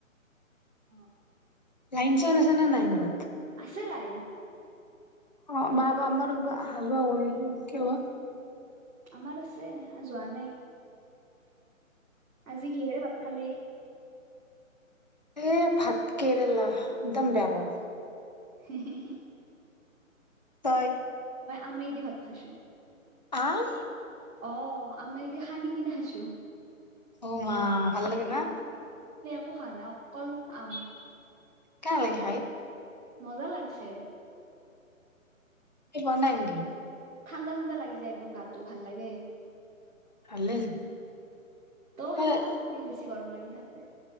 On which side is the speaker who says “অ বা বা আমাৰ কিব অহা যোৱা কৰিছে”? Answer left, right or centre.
Left